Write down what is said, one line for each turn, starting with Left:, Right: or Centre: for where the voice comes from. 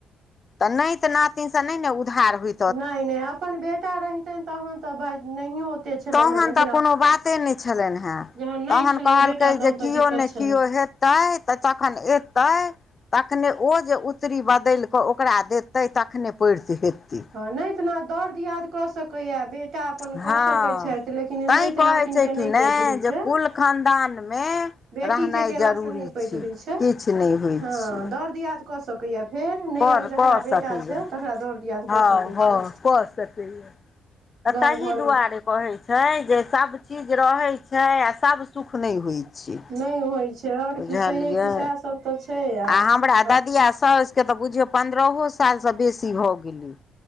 Left: तऽ न त नातिन से नहि ने उधार हो
Right: नहि नहि अपन बेटा रहितनि तहन तऽ भाय नहियो ओते छलनि
Left: तहन
Right: हेँ लेकिन
Left: तऽ कोनो बाते नहि छलनि है
Right: जहन नहि
Left: तहन
Right: छलनि
Left: कहलकै
Right: बेटा तहन
Left: जे
Right: तऽ
Left: किओ
Right: दिक्कत
Left: नहि
Right: छलनि
Left: किओ हेत तै तऽ तखन एतै तखने ओ जे उतरी बदलि कऽ ओकरा देतै तखने पैठ हेतै
Right: हँ नहि तऽ दौड़ दियाद कऽ सकैया बेट टा अपन
Left: हँ
Right: कऽ सकैत छथि लेकिन
Left: तैं
Right: नाति
Left: कहै
Right: नातिनके
Left: छै कि
Right: नहि पैठ होइत
Left: जे
Right: छै
Left: कुल खानदानमे
Right: बेटी
Left: रहनाइ
Right: के केला
Left: जरूरी
Right: से नै पैठ होइ छै
Left: किछु नहि होइ
Right: हँ
Left: छै
Right: दौड़ दियाद कऽ सकैया फेर नहि
Left: कर
Right: जकरा
Left: कऽ
Right: बेटा
Left: सकैए
Right: छै तकरा दौड़ दियाद
Left: हँ
Right: कऽ सकैत
Left: ह
Right: छै
Left: कऽ सकै छै
Right: गाँव
Left: तहि
Right: घरमे
Left: दुआरे कहे छै जे सब चीज रहे छै आ सब सुख न होइ छै
Right: नहि होइ छै आओर
Left: बुझलियै
Right: कि छैहे कि सएह सब तऽ छै आब
Left: आ हमरा ददिया साउसके तऽ बुझियौ पन्द्रहो सालसँ बेसी भऽ गेली